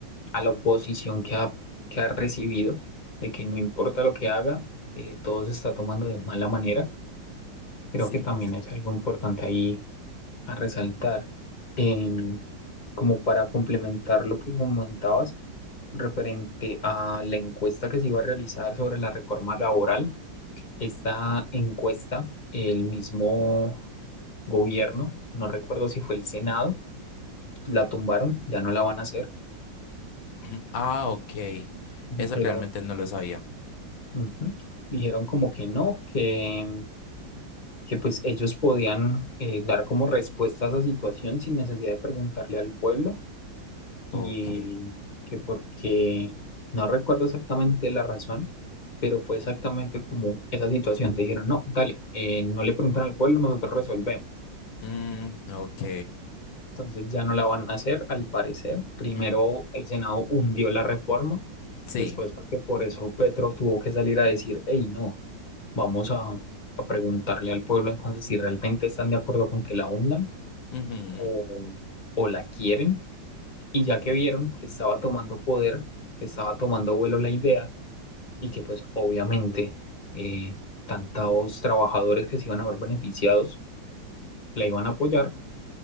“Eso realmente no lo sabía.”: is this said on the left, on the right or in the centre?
Left